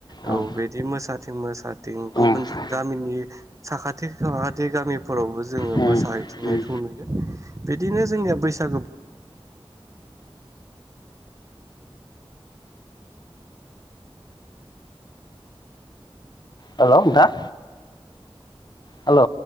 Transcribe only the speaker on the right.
औ
बिदि मोसाथिं मोसाथिं
गुबुन
गामिनि साखाथि फाखाथि गामिफोरावबो जोङो
मोसाहैथिंनायखौ
नुयो। बिदिनो जोंनिया बैसागो